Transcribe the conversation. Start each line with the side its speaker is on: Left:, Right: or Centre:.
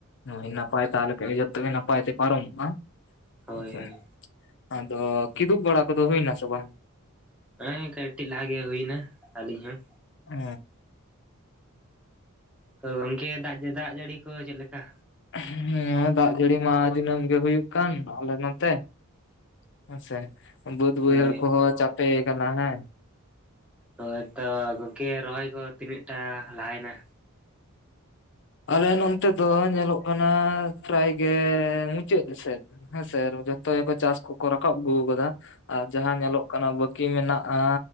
Left: ᱦᱳᱭ ᱱᱟᱯᱟᱭ ᱛᱟᱦᱮ ᱞᱮᱠᱷᱟᱱ ᱜᱮ ᱡᱚᱛᱚ ᱜᱮ ᱱᱟᱯᱟᱭ ᱛᱮ ᱯᱟᱨᱚᱢᱚᱜ ᱟ᱾
Centre: ᱦᱳᱭ
Left: ᱟᱪᱪᱷᱟ
Centre: ᱦᱳᱭ
Left: ᱟᱫᱚ ᱠᱤᱫᱩᱵ ᱵᱟᱲᱟ ᱠᱚ ᱫᱚ ᱦᱩᱭ ᱱᱟ ᱥᱮ ᱵᱟᱝ?
Centre: ᱦᱮ ᱠᱟᱹᱴᱤᱡ ᱞᱟᱦᱟ ᱜᱮ ᱦᱩᱭ ᱮᱱᱟ ᱟᱹᱞᱤᱧ ᱦᱚᱸ᱾
Left: ᱚ
Centre: ᱛᱚ ᱜᱚᱝᱠᱮ ᱫᱟᱜ ᱡᱟᱹᱲᱤ ᱠᱚ ᱪᱮᱫ ᱞᱮᱠᱟ?
Left: ᱦᱮᱸ ᱫᱟᱜ ᱡᱟᱹᱲᱤ ᱢᱟ ᱫᱤᱱᱟᱹᱢ ᱜᱮ ᱦᱩᱭᱩᱜ ᱠᱟᱱ ᱟᱞᱮ ᱱᱚ ᱛᱮ ᱾ ᱦᱮ ᱥᱮ ᱵᱟᱹᱫ ᱵᱟᱹᱭᱦᱟᱹᱲ
Centre: ᱦᱳᱭ
Left: ᱠᱚ ᱦᱚᱸ ᱪᱟᱯᱮ ᱠᱟᱱᱟ ᱦᱮᱸ᱾
Centre: ᱦᱳᱭ ᱛᱚ ᱜᱚᱝᱠᱮ ᱨᱚᱦᱚᱭ ᱠᱚ ᱛᱤᱱᱟᱹᱜ ᱴᱟ ᱞᱟᱦᱟ ᱭᱮᱱᱟ᱾
Left: ᱟᱞᱮ ᱱᱚᱱ ᱛᱮ ᱫᱚ ᱧᱮᱞᱚᱜ ᱠᱟᱱᱟ ᱯᱮᱨᱟᱭ ᱜᱮ ᱢᱩᱪᱟᱹᱫ ᱥᱮᱫ᱾ ᱦᱮᱸ ᱥᱮ ᱡᱷᱚᱛᱚ ᱜᱮ ᱠᱚ ᱪᱟᱥ ᱠᱚ ᱠᱚ ᱨᱟᱠᱟᱵ ᱟᱜᱩ ᱠᱟᱫᱟ᱾ ᱟᱨ ᱡᱟᱦᱟᱸ ᱧᱮᱞᱚᱜ ᱠᱟᱱᱟ ᱵᱟᱹᱠᱤ ᱢᱮᱱᱟᱜᱼᱟ᱾